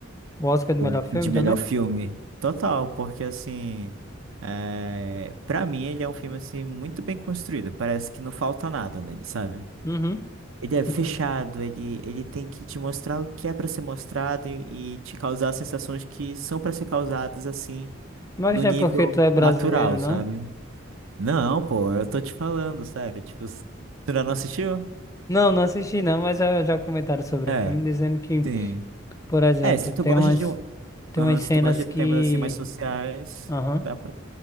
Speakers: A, on the left; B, on the right.
A: O Oscar de
B: o
A: melhor filme
B: de melhor
A: também?
B: filme. Total, porque, assim, é, pra mim ele é um filme, assim, muito bem construído. Parece que não falta nada nele, sabe?
A: Uhum,
B: Ele é fechado,
A: uhum.
B: ele, ele tem que te mostrar o que é pra ser mostrado e, e te causar sensações que são pra ser causadas assim,
A: Mas
B: no
A: não
B: nível
A: é porque tu é brasileiro,
B: natural,
A: não?
B: sabe? Não, pô, eu tô te falando, sério. Tipo, s- tu ainda não assistiu?
A: Não, não assisti não, mas já, já comentaram sobre
B: É,
A: o filme, dizendo que,
B: sim.
A: por exemplo,
B: É, se tu
A: tem
B: gosta
A: umas,
B: de um,
A: tem
B: aham,
A: umas
B: se
A: cenas
B: tu gosta de
A: que.
B: temas assim mais sociais,
A: Aham.
B: dá pra.